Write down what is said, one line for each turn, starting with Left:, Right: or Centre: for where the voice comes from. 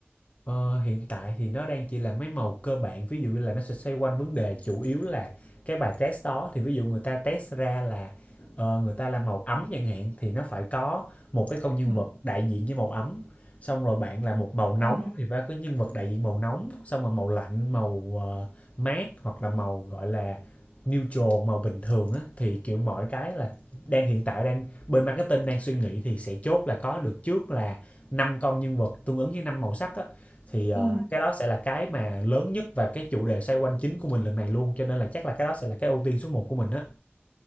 Left: Ờ, hiện tại thì nó đang chỉ là mấy màu cơ bản ví dụ như là nó sẽ xoay quanh vấn đề chủ yếu là cái bài test đó thì ví dụ người ta test ra là ờ, người ta làm màu ấm chẳng hạn thì nó phải có một cái con nhân
Right: Ừ.
Left: vật đại diện với màu ấm xong rồi bạn là một màu
Right: Ồ,
Left: nóng thì phải có nhân vật đại diện màu nóng xong rồi màu lạnh màu ờ, mát hoặc là màu gọi là neutral màu bình thường á thì kiểu mọi cái là đang hiện tại đang bên marketing đang suy nghĩ thì sẽ chốt là có được trước là năm con nhân vật tương ứng với năm màu sắc á thì, ờ,
Right: ừ.
Left: cái đó sẽ là cái mà lớn nhất và cái chủ đề xoay quanh chính của mình lần này luôn, cho nên là chắc là cái đó sẽ là cái ưu tiên số một của mình á.